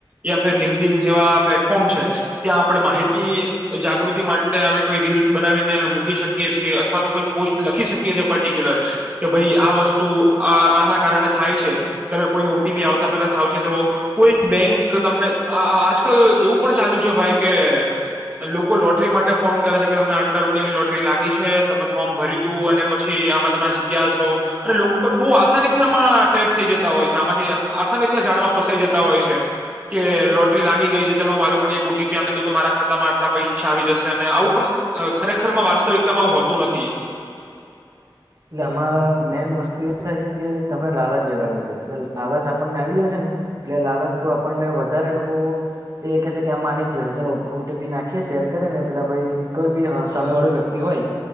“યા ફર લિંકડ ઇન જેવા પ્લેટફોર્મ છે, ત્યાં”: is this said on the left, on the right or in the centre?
Right